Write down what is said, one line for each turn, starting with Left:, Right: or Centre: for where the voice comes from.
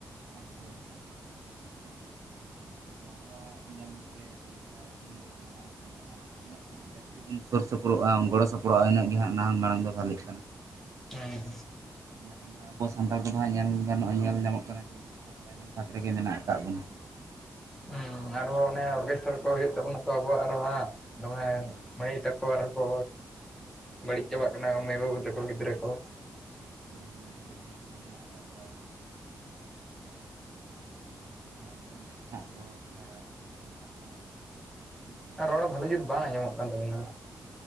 Right: ᱦᱳᱭ ᱦᱳᱭ ᱟᱫᱚ ᱟᱵᱚᱣᱟᱜ ᱧᱮᱞᱛᱮ ᱛᱤᱨᱤᱥᱟ ᱡᱩᱱ ᱫᱚ ᱢᱟᱲᱟᱝ ᱥᱮᱫ ᱫᱚᱦᱟᱜ ᱛᱤᱱᱟᱹᱜ ᱵᱚᱱ ᱡᱟᱹᱥᱛᱤ ᱵᱚᱱ ᱥᱩᱨ ᱥᱩᱯᱩᱨᱚᱜᱼᱟᱚᱱ ᱜᱚᱲᱚ ᱥᱚᱯᱚᱦᱚᱫᱼᱟ ᱤᱱᱟᱹᱜ ᱜᱮ ᱦᱟᱜ ᱱᱟᱦ ᱢᱟᱲᱟᱝ ᱫᱚ ᱵᱷᱟᱹᱞᱤᱜ ᱠᱟᱱᱟ
Centre: ᱦᱮᱸᱸ
Right: ᱢᱮᱱᱠᱷᱟᱱ ᱫᱚᱟᱸᱜ ᱟᱵᱚ ᱥᱟᱱᱛᱟᱲ ᱠᱚᱫᱚ ᱦᱟᱸᱜ ᱧᱮᱞ ᱜᱟᱱᱚᱜᱼᱟ ᱧᱮᱞ ᱧᱟᱢᱚᱜ ᱠᱟᱱᱟ ᱡᱮ ᱵᱤᱥᱤ ᱦᱟᱸᱜ ᱛᱟᱭᱚᱢ ᱵᱷᱟᱜ ᱨᱮᱜᱮ ᱢᱮᱱᱟᱜ ᱟᱠᱟᱫ ᱵᱚᱱᱟ
Centre: ᱦᱩᱸ ᱟᱨᱦᱚᱸ ᱚᱱᱮ ᱚᱨᱜᱮᱥᱴᱟᱨ ᱠᱚ ᱦ ᱦᱩᱭᱩᱜ ᱛᱟᱵᱚᱱᱟ ᱛᱚ ᱟᱵᱚᱣᱟᱜ ᱟᱨᱦ ᱦᱟᱸᱜ ᱛᱚᱵᱮ
Right: ᱦᱳᱭ ᱦᱳᱭ
Centre: ᱢᱟᱹᱭ ᱛᱮᱠᱚ ᱟᱨ ᱦᱚᱠᱚ
Right: ᱦᱳᱭ
Centre: ᱵᱟᱹᱲᱤᱢ ᱪᱟᱵᱟᱜ
Right: ᱢᱟᱹᱭ
Centre: ᱠᱟᱱᱟ
Right: ᱛᱟᱠᱚ
Centre: ᱠᱚ ᱢᱮᱟᱹᱭ
Right: ᱫᱤᱫᱤ
Centre: ᱵᱟᱹᱵᱩ
Right: ᱛᱟᱠᱚ
Centre: ᱜᱤᱫᱽᱨ ᱠᱚ
Right: ᱦᱳᱭ ᱢᱟᱹᱭ ᱛᱮᱟᱠᱚ ᱫᱤᱫᱤ ᱛᱮᱠᱚ ᱢᱮᱱᱟᱜ ᱟᱠᱟᱫ ᱠᱚᱣᱟ ᱟᱨᱚ ᱦᱟᱸᱜ ᱩᱱᱠᱩ ᱠᱚ ᱦᱟᱸᱜ ᱛᱚ ᱚᱸᱰᱮ ᱜᱮ ᱦᱟᱸᱜ ᱠᱚ ᱛᱷᱚᱲᱟ ᱱᱮᱛᱟᱨ ᱫᱚ ᱦᱟᱸᱜ ᱡᱩᱜᱽ ᱠᱚᱫᱚ ᱦᱟᱸᱜ
Centre: ᱨᱚᱲ
Right: ᱯᱟᱞᱴᱟᱣ
Centre: ᱵᱟᱹᱞᱤ ᱡᱩᱛ
Right: ᱧᱚᱜ
Centre: ᱵᱟᱝ
Right: ᱟᱠᱟᱱᱟ
Centre: ᱟᱸᱡᱚᱢᱚᱜ ᱠᱟᱱ ᱛᱟᱵᱚᱱᱟ